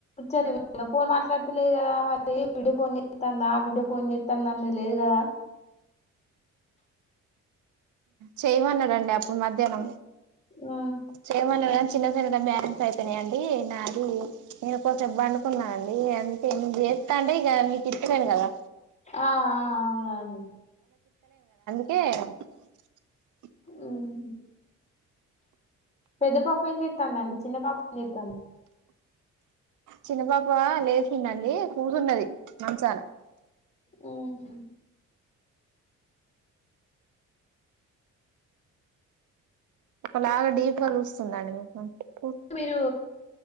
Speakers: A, on the left; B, on the right.
A: ముచ్చట్లకి పోయిందా ఫోన్ మాట్లాడుతలేదు కదా మరి ఏ బిడ్డ ఫోన్ చేస్తాందా ఆ బిడ్డో ఫోన్ చేస్తాన్న లేదు కదా
B: చేయమన్నాడు అండి అప్పుడు మధ్యాహ్నం
A: ఉమ్,
B: చేయమన్నాద్ చిన్న సెల్ లో బ్యాలెన్స్ అయిపోనాయండి నాది నేను కోసేబ్ బండుకున్నాను అండి ఏ అంతే నువ్ జే అంటే ఇగ నెకిత్తలేం గదా
A: ఆ ఆ అవునండి
B: ఏ
A: ఉమ్ పెద్ద పాప ఏం జేతంధండి చిన్న పాప ఏం జేతంది
B: చిన్న పాప లేచిందండి కూసున్నది మంచాన
A: ఉమ్
B: ఒకలాగా డీప్గా జ్యూస్ చిన్దా అండి మీకు
A: మీరు